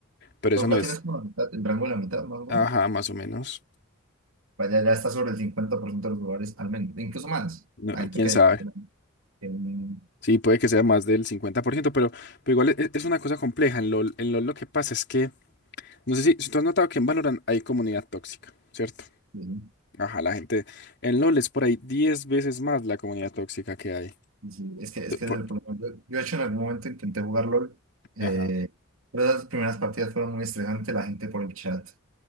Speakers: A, on the left (about 55°); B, on the right (about 80°).
A: pero eso
B: Los platinos
A: no es.
B: es como la mitad, el rango de la mitad, más o menos.
A: Ajá, más o menos.
B: Vaya, ya está sobre el 50% de los lugares, al menos, incluso más.
A: No,
B: La gente
A: quién
B: que
A: sabe.
B: hay Platino. en-
A: Sí, puede que sea más del 50% pero, pero igual e- es, una cosa compleja. En LOL, en LOL lo que pasa es que, no sé si, si tú has notado que en Valorant hay comunidad tóxica, ¿cierto?
B: en-
A: Ajá, la gente. En LOL es por ahí 10 veces más la comunidad tóxica que hay.
B: sí, sí, Es que, es que es
A: Por-
B: el problema. Yo, yo, de hecho, en algún momento intenté jugar LOL, eh,
A: Ajá.
B: pero esas primeras partidas fueron muy estresantes, la gente por el chat.